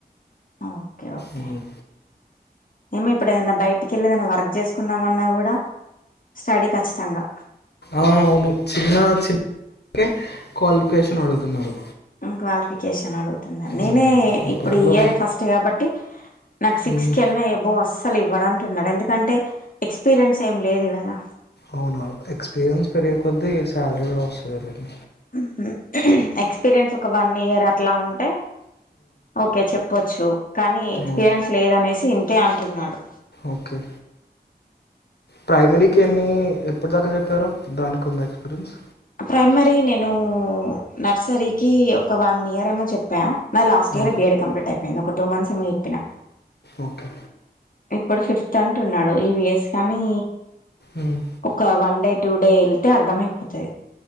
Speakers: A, on the left; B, on the left.
A: ఓకే ఓకే
B: ఉమ్.
A: ఏమో ఇప్పుడ ఏదన్నా బయటికి ఎల్లే ఏదన్నా వర్ చేసుకుందామన్నా కూడా స్టడీ ఖచ్చితంగా
B: ఆ అవును చిన్న చికె క్వాలిఫికేషన్ అడుగుతున్నారు
A: క్వాలిఫికేషన్ అడుగుతున్నాను నేనే
B: ఉమ్, ఇప్పట్లో
A: ఇప్పుడు ఇయర్ ఫస్ట్ కాబట్టి నాకు సిక్స్
B: ఉమ్,
A: కన్నా అబోవ్ అస్సలు ఇవ్వడం టున్నారు ఎందుకంటే ఎక్స్పీరియన్స్ ఏం లేదు కదా
B: అవును ఎక్స్పీరియన్స్ పెరిగే కొద్ది శాలరీ కూడా వస్తుంది లెండి
A: ఉహ్మ్ హు ఎక్స్పీరియన్స్ ఒక వన్ ఇయర్ అట్లా ఉం టె ఓకే చెప్పొచ్చు కానీ ఎక్స్పీరియన్స్
B: అవును
A: లేదనేసి ఇంతే అంటున్నాడు
B: ఓకే ప్రైమరీకి ఎన్ని ఎప్పటి దాకా చెప్పారు దానికుంద ఎక్స్పీరియన్స్
A: ప్రైమరీ నేను నర్సరీకి ఒక వన్ ఇయర్ ఏమో చెప్పా నా లాస్ట్
B: ఆ,
A: ఇయర్ బిఏడి కంప్లీట్ అయిపోయింది ఒక టూ మంత్స్ ఏమో చెప్పినా
B: ఓకే
A: ఇప్పుడు ఫిఫ్త్ అంటున్నాడు ఇవిస్ కానీ
B: ఉమ్,
A: ఒక వన్ డె టూ డే వెళ్తే అర్థమైపోతాది